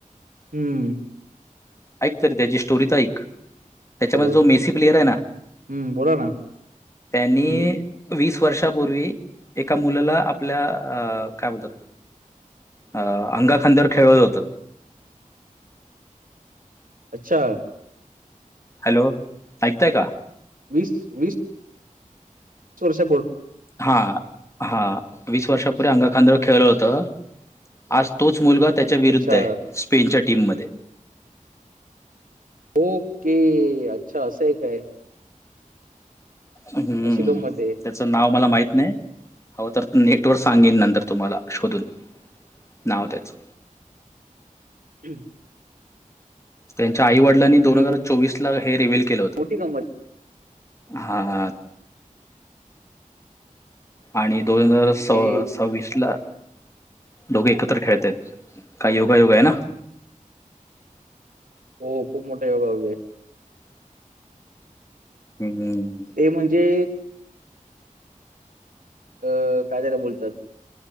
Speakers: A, on the right (about 80°); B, on the left (about 20°).
A: हम्म
B: ऐक तरी त्याची स्टोरी तरा एकक त्याच्यामध्ये
A: बरोबर
B: जो मेसी प्लेयर आहे ना
A: हम्म बोला ना
B: त्यांनी
A: हम्म
B: वीस वर्षापूर्वी एका मुलाला आपल्या अ काय म्हतात अ अंगाखांद्यावर खेळवलं होतं
A: अच्छा
B: हॅलो ऐकताय का
A: वीस वीस सुष
B: हा हा वीस वर्षापूर्े अंगा खांदळ खेळलं होतं आज तोच मुलगा त्याच्या विरुद्ध
A: अच्छा.
B: आहे स्पेनच्या टीममध्येध्ये
A: ओके अच्छा असंय काय.
B: हम्म
A: अशी गंमत आहे.
B: ते नाव मला माहीत नाही हव तर नेटवर सांगेन नंतर तुम्हाला शोधून. नाव त्याचं
A: हम्
B: त्यांच्या आई वडिलांनी
A: ओके.
B: दोन हजार
A: मो-
B: चोवीस ला हे रिव्हील केलं होते.
A: मोठी गंपत
B: हा आणि दोन हजार
A: ओके.
B: स सव्वीस ला दोघे एकत्र खेळत आहेत काही योगायोगा आहे ना
A: हो खूप मोठ्या योगा होगे
B: हम्मम
A: ते म्हणजे अ काय त्याला बोलतात